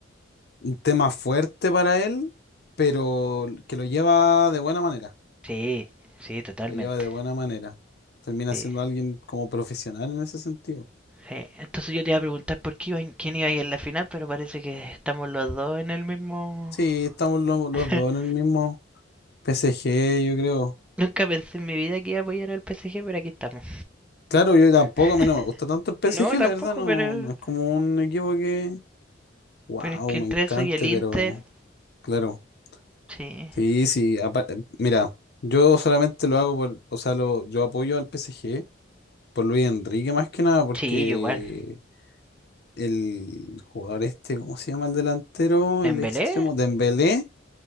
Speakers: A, on the left; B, in the centre.
A: un tema fuerte para él, pero que lo lleva de buena manera,
B: Sí, sí, totalmente.
A: lo lleva de buena manera. Termina
B: Sí,
A: siendo alguien como profesional en ese sentido.
B: sí. Entonces yo te iba a preguntar por qué iba, quién iba a ir en la final, pero parece que estamos los dos en el mismo...
A: Sí, estamos lo- los
B: <laughs>
A: dos en el mismo P S G, yo creo.
B: Nunca pensé en mi vida que iba a apoyar al PSG, pero aquí estamos.
A: Claro, yo tampoco,
B: <laughs>
A: a mí no me gusta tanto el P S
B: no,
A: G,
B: tampoco,
A: la verdad, no,
B: pero...
A: no es como un equipo que, wow,
B: Pero es que entre
A: me encante,
B: eso y el Inter,
A: pero claro,
B: sí.
A: sí, sí, apa- eh, mira, yo solamente lo hago por, o sea, lo, yo apoyo al P S G. por Luis Enrique más que nada, porque
B: Sí, yo igual.
A: el jugador este, ¿cómo se llama el delantero?
B: ¿En
A: El extremo,
B: Belé?
A: Dembélé,